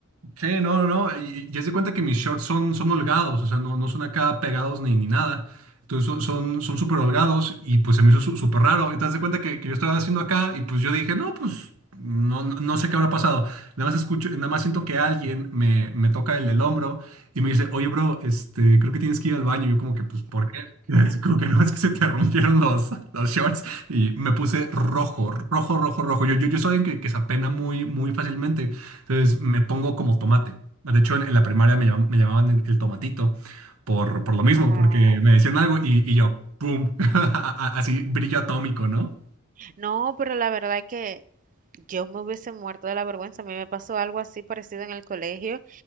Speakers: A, on the right; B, on the right.
A: Sí, no, no, no. Y, ya se cuenta que mis shorts son, son holgados, o sea, no, no son acá pegados ni, ni nada. Entonces son, son, son súper holgados y pues se me hizo su- súper raro. Entonces haz de cuenta que, que yo estaba haciendo acá y pues yo dije, no, pues no, no, no sé qué habrá pasado. Nada más escucho, nada más siento que alguien me, me toca el, el hombro y me dice, oye, bro, este, creo que tienes que ir al baño. Y yo como que, pues, ¿por qué? <laughs> Así como que no, es que se te rompieron los, los shorts y me puse rojo, rojo, rojo, rojo. Yo, yo, yo soy alguien que, que se apena muy, muy fácilmente. Entonces me pongo como tomate. De hecho, en, en la primaria me, llam- me llamaban el, el tomatito por, por lo mismo,
B: Ay,
A: porque me decían algo y, y yo, ¡pum! <laughs> A- a- Así, brillo atómico, ¿no?
B: no, pero la verdad es que yo me hubiese muerto de la vergüenza. A mí me pasó algo así parecido en el colegio